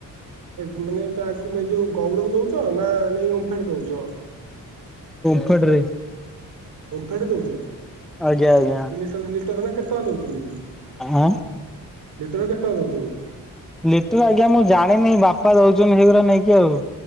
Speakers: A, on the right (about 80°); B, in the centre.
A: ମାନେ କାହାକୁ ଯୋଉ ଗଉଡକୁ ଦଉଛ ନା ନେଇ ଅମ୍ଫାଟ ଦଉଛ?
B: ଟ ରେ
A: ଓମ୍ଫେଡ ଦଉଛ?
B: ଆଜ୍ଞା ଆଜ୍ଞା
A: ସେ ଲିଟର ଲିଟରେ କେତେ ଟଙ୍କା ଦଉଛନ୍ତି କି?
B: ଆଁ
A: ଲିଟର କେତେ ଟଙ୍କା ଦଉଛନ୍ତି?
B: ଲିଟର ଆଜ୍ଞା ମୁଁ ଜାଣିନି ବାପା ଦଉଛନ୍ତି ସେଇଗୁଡ଼ା ନେଇକି ଆଉ।